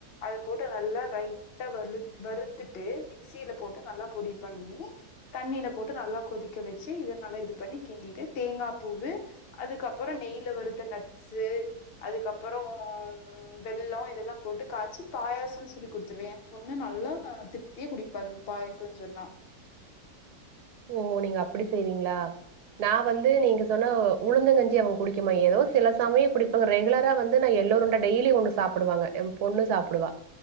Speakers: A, on the left; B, on the right.
A: அத போட்டு நல்லா ரைட்டா வலு வறுத்துட்டு மி மிக்சில போட்டு நல்லா பொடி பண்ணி தண்ணியில போட்டு நல்லா கொதிக்க வச்சு இதை நல்லா இது பண்ணி கிண்டிட்டு தேங்கா பூவு அதுக்கப்றோ நெய்ல வருத்த நட்ஸு அதுக்கப்பறோம் வெள்ளோ இதெலாம் போட்டு காய்ச்சி பாயாசோன் சொல்லி குடுத்துருவே ஏ பொண்ணு நல்லா த் ருத்தியா குடிப்பாலுங் பாயோசோன் சொன்னா
B: ஓ நீங்க அப்டி செய்வீங்ளா நா வந்து நீங்க சொன்ன உளுந்தங்கஞ்சி அவிங் குடிக்குமா ஏதோ சில சமயோ குடிப்பாங்கோ ரெகுலரா வந் து எல்லோருண்ட டெய்லி ஒண்ணு சாப்டுவாங்க ஏ பொண்ணு சாப்டுவா